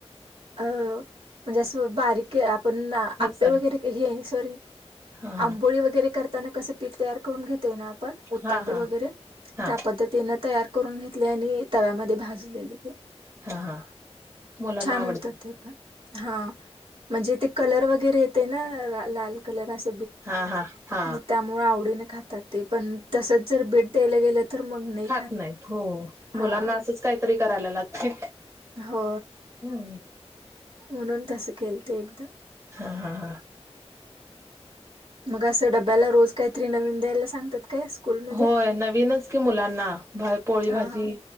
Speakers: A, on the right; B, on the right.
A: अ म्हणजे अस बारीक पण आपे
B: मिक्सर
A: वगैरे आहे सॉरी
B: हा हा
A: आंबोळी वगैरे कर क पीठ तयार करून घेतोय ना आपण उतापे
B: हा हा
A: वगैरे
B: हा
A: त्या पद्धतीन तयार करून घेतले आणि तव्यामध्ये भाजलेले ते
B: हा हा मुलांना
A: छान
B: आवडतं
A: होत ते पण हा म्हणजे ते कलर वगैरे येते ना लाल कलर अस
B: हा हा हा
A: मग त्यामुळे आवडीने खातात ते पण तसच जर भेट द्यायला गेलं तर मग नाही
B: खात नाहीत हो
A: हा
B: मुलांना असंच काहीतरी करायला लागते
A: हो
B: हम्म
A: म्हणून तसं केलता एकदम
B: हा हा हा
A: मग असं डब्याला रोज काहीतरी नवीन द्यायला सांगतात काय स्कूलमध्ये?
B: होय नवीनच कि मुलांना पोळी
A: हां
B: भाजी
A: हां.